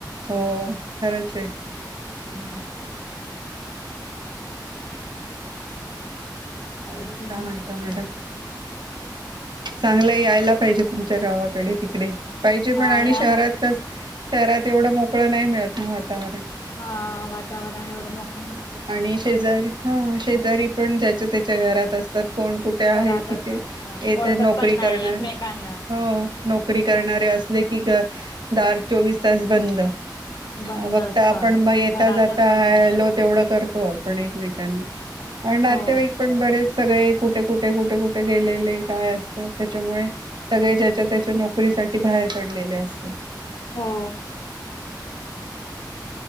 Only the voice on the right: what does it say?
हो खरंच आहे
अजूंन
कायं म्हणंता मॅडम चांगला यांयला पाहिजे तुमच्यां गावांकडे तिकडे पाहिजे पणं
आणि
शहरांत
कसं शहरांत एवढं मोकळं नाहीं मिळतं नां वातांवरण
आणि शेजारी हां शेजारी पणं ज्यांच्या त्यांच्या घरांत असतांत कोणं कुठं ते आहे
कि
तेथे
नोकरी
करणारं
हो नोकरी करणांरे असले की गं दांर चोवीस तांस बंद
फक्तं
आपणं मंग येतां
जातां
हॅलो तेवढंच तो आपणं एकमेकांना आणि नातेवाईक
पणं बरेचं सगळें कुठे कुठे कुठे कुठे गेलेले कायं असतांत त्यांच्यामुळे सगळे ज्यांच्या त्यांच्या नोकरीसांठी बाहेर पडलेले असतांत